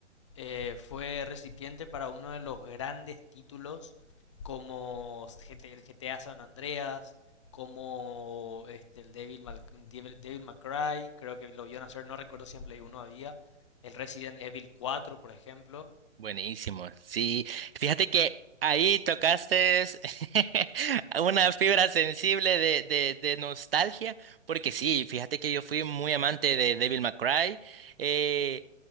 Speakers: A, on the left; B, on the right.
A: eh, fue recipiente para uno de los grandes títulos como GT el GTA San Andreas, como este, el Devil, Mal- Devil, Devil May Cry, creo que lo vio nacer, no recuerdo si en Play 1 había, el Resident Evil 4 por ejemplo.
B: Buenísimo. Sí, fíjate que ahí tocaste <laughs> una fibra sensible de, de, de nostalgia, porque sí, fíjate que yo fui muy amante de Devil May Cry, eh,